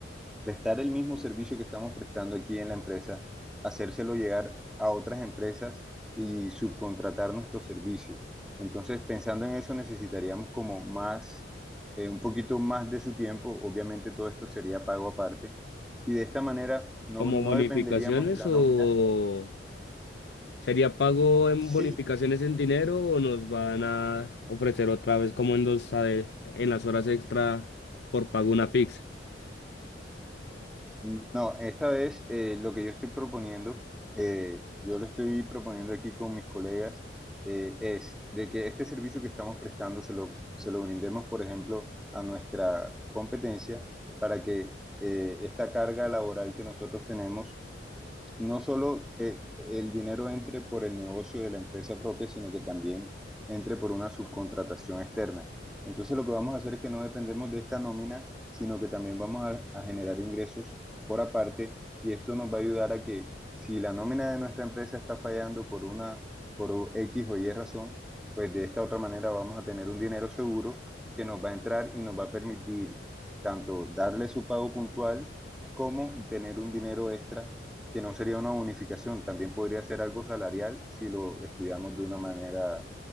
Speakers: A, in the centre; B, on the left.
A: prestar el mismo servicio que estamos prestando aquí en la empresa, hacérselo llegar a otras empresas y subcontratar nuestro servicio. Entonces, pensando en eso, necesitaríamos como más, eh, un poquito más de su tiempo. Obviamente todo esto sería pago aparte. Y de esta manera no,
B: ¿Como
A: no
B: bonificaciones
A: dependeríamos de la
B: o
A: nómina.
B: sería pago en
A: Sí,
B: bonificaciones en dinero o nos van a ofrecer otra vez como en los, ade- en las horas extra por pago una pizza?
A: Mm, No, esta vez eh, lo que yo estoy proponiendo, eh, yo lo estoy proponiendo aquí con mis colegas, eh, es de que este servicio que estamos prestando se lo, se lo brindemos, por ejemplo, a nuestra competencia para que eh, esta carga laboral que nosotros tenemos no solo eh, el dinero entre por el negocio de la empresa propia, sino que también entre por una subcontratación externa. Entonces lo que vamos a hacer es que no dependemos de esta nómina, sino que también vamos a, a generar ingresos por aparte y esto nos va a ayudar a que si la nómina de nuestra empresa está fallando por una, por X o Y razón, pues de esta otra manera vamos a tener un dinero seguro que nos va a entrar y nos va a permitir tanto darle su pago puntual como tener un dinero extra que no sería una unificación, también podría ser algo salarial si lo estudiamos de una manera